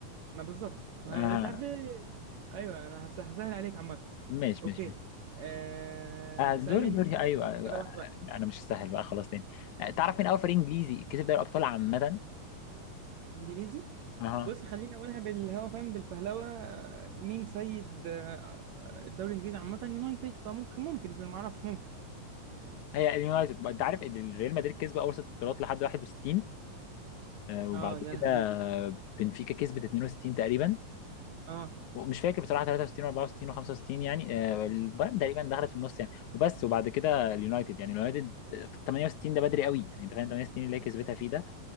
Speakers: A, on the right; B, on the left.
A: ما بالظبط ما
B: اه
A: مش عارف ليه ايوه انا هس- هسهل عليك عامه
B: ماشي
A: اوكي
B: ماشي ماشي
A: آه
B: آه دوري
A: اسالني انت
B: دوري
A: صح
B: ايوه
A: دورك
B: آه،
A: كده 1-1
B: انا مش سهل بقى خلاص تاني آه، تعرف مين اول فريق انجليزي كسب دوري ابطال عامه
A: انجليزي
B: اها
A: بص خليني اقولها بالهوا فاهم بالفهلوه آه، مين سيد آه، آه، الدوري الانجليزي عامه يونايتد فممكن ممكن يكون معرفش ممكن
B: هي اليونايتد انت عارف ان ريال مدريد كسب اول ست بطولات لحد 61 آه، وبعد
A: اه يا
B: كده
A: لهوي
B: بنفيكا كسبت 62 تقريبا
A: اه
B: ومش فاكر بصراحه 63 و64 و65 يعني آه، البايرن تقريبا دخلت في النص يعني وبس وبعد كده اليونايتد يعني اليونايتد آه، 68 ده بدري قوي يعني انت فاهم 68 اللي هي كسبتها فيه ده